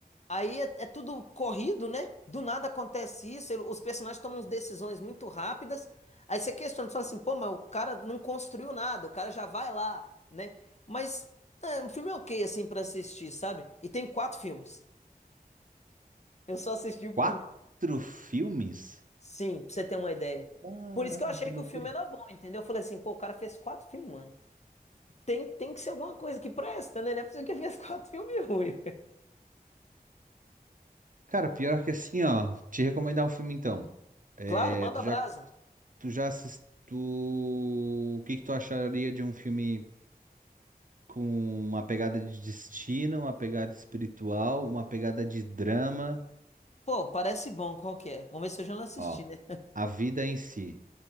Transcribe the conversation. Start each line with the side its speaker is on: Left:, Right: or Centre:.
Left: Aí é, é tudo corrido, né? Do nada acontece isso. ele- os personagens tomam umas decisões muito rápidas. Aí você questiona, você fala assim, pô, mas o cara não construiu nada, o cara já vai lá, né? Mas é, o filme é ok, assim, pra assistir, sabe? E tem quatro filmes. Eu só assisti o
Right: Quatro
Left: primeiro.
Right: filmes?
Left: Sim, pra você ter uma ideia.
Right: Caramba,
Left: Por isso que eu achei
Right: que
Left: que
Right: loucura.
Left: o filme era bom, entendeu? Eu falei assim, pô, o cara fez quatro filmes, mano. Tem, tem que ser alguma coisa que presta, né? Não é possível que ele fez quatro filmes ruins.
Right: Cara, pior que assim, ó, te recomendar um filme então. É,
Left: Claro, manda
Right: tu já,
Left: brasa.
Right: tu já assistiu. O que que tu acharia de um filme? com uma pegada de destino, uma pegada espiritual, uma pegada de drama.
Left: Pô, parece bom, qual que é? Vamos ver se eu já não assisti,
Right: Ó,
Left: né?
Right: a vida em si.